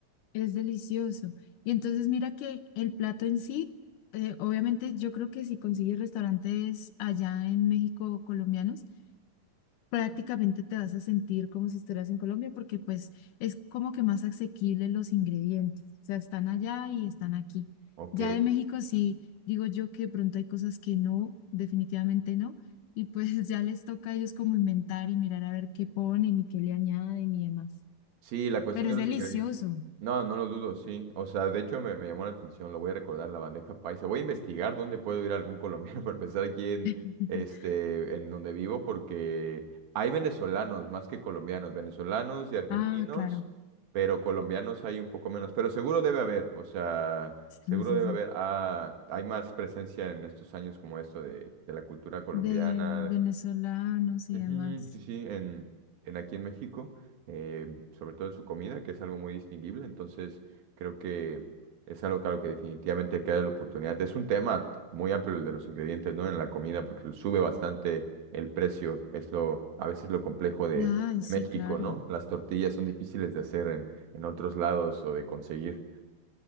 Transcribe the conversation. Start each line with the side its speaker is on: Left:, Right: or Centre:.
Left: es delicioso. Y entonces mira que el plato en sí, eh, obviamente yo creo que si consigues restaurantes allá en México colombianos, prácticamente te vas a sentir como si estuvieras en Colombia porque pues es como que más asequible los ingredientes. O sea, están allá y están aquí.
Right: Ok.
Left: Ya de México sí, digo yo que de pronto hay cosas que no, definitivamente no. Y pues <laughs> ya les toca a ellos como inventar y mirar a ver qué ponen y qué le añaden y demás.
Right: Sí, la cuestión
Left: Pero
Right: de
Left: es
Right: los
Left: delicioso.
Right: ingredientes. No, no lo dudo, sí. O sea, de hecho me, me llamó la atención, lo voy a recordar, la bandeja paisa. Voy a investigar dónde puedo ir a algún colombiano <laughs> para empezar aquí en,
Left: <laughs>
Right: este, en donde vivo, porque hay venezolanos más que colombianos, venezolanos y argentinos,
Left: Ah, claro.
Right: pero colombianos hay un poco menos, pero seguro debe haber, o sea,
Left: Sí,
Right: seguro
Left: sí,
Right: debe
Left: sí.
Right: haber. Ah, hay más presencia en estos años como esto de, de la cultura colombiana,
Left: De venezolanos
Right: Ujú,
Left: y demás.
Right: sí, sí, en, en aquí en México, eh, sobre todo en su comida, que es algo muy distinguible, entonces creo que es algo claro que definitivamente hay que darle la oportunidad. Es un tema muy amplio el de los ingredientes, ¿no? En la comida, porque sube bastante el precio, es lo, a veces lo complejo de,
Left: Ya, ay,
Right: de
Left: sí,
Right: México,
Left: claro.
Right: ¿no? Las tortillas son difíciles de hacer en, en otros lados o de conseguir.